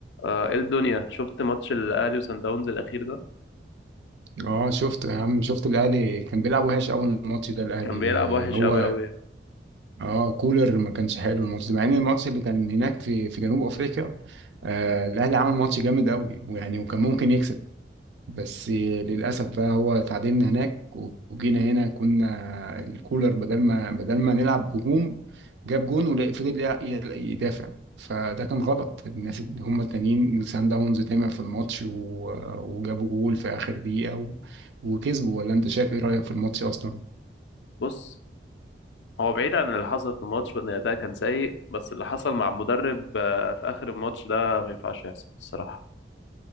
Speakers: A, on the left; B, on the right.
A: آه، ايه الدنيا شفت ماتش الاهلي وسان داونز الاخير ده
B: اه شفت يا عم شفت الاهلي كان بيلعب وحش اول ماتش ده الاهلي
A: كان بيلعب وحش
B: هو
A: قوي قوي يعني
B: اه كولر ما كانش حلو الماتش ده مع ان الماتش اللي كان هناك في في جنوب افريقيا آه الاهلي عمل ماتش جامد قوي ويعني وكان ممكن يكسب بس للأسف بقى هو تعادلنا هناك وجينا هنا كنا الكولر بدل ما بدل ما نلعب هجوم جاب جون وفضل يدافع فده كان غلط الناس اللي هم التانيين سان داونز تمع في الماتش و- وجابوا جول في آخر دقيقة و- وكسبوا ولا أنت شايف إيه رأيك في الماتش أصلا؟
A: بص هو بعيد عن اللي حصل في الماتش وان الاداء كان سيء بس اللي حصل مع المدرب آه، في اخر الماتش ده ما ينفعش يحصل الصراحه